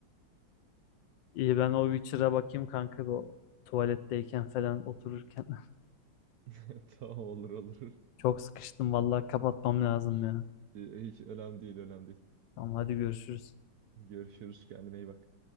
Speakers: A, on the left; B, on the right.
A: iyi ben o Witcher'a bakayım kanka bu o tuvaletteyken falan otururken. <laughs>
B: <laughs> Tamam olur olur.
A: Çok sıkıştım vallahi kapatmam lazım ya.
B: Hiç önemli değil önemli değil.
A: Tamam hadi görüşürüz.
B: Görüşürüz kendine iyi bak.